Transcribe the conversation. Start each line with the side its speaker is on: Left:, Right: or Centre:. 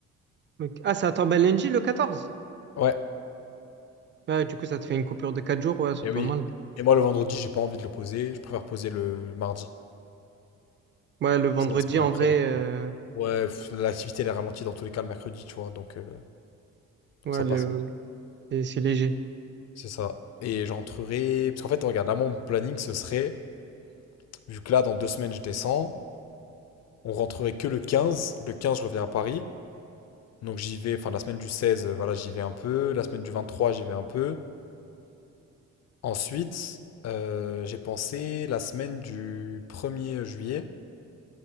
Right: Donc- ah, ça tombe à lundi, le quatorze
Left: Ouais.
Right: Ouais, du coup, ça te fait une coupure de 4 jours. Ouais, c'est
Left: Et oui.
Right: pas mal.
Left: Et moi, le vendredi, j'ai pas envie de le poser. Je préfère poser le mardi.
Right: Ouais, le vendredi,
Left: C'est la semaine
Right: en
Left: d'après.
Right: vrai,
Left: les-
Right: euh,
Left: Ouais, pff, l'activité elle est ralentie dans tous les cas le mercredi, tu vois, donc, euh, donc
Right: ouais,
Left: ça
Right: le,
Left: passe. hein.
Right: le- c'est c'est léger.
Left: C'est ça. Et j'entrerai. Parce qu'en fait, regarde, là, mon planning, ce serait, vu que là, dans deux semaines, je descends, on rentrerait que le 15. Le 15, je reviens à Paris. Donc j'y vais, enfin, la semaine du 16, euh, voilà, j'y vais un peu. La semaine du 23, j'y vais un peu. Ensuite, euh, j'ai pensé, la semaine du 1er juillet,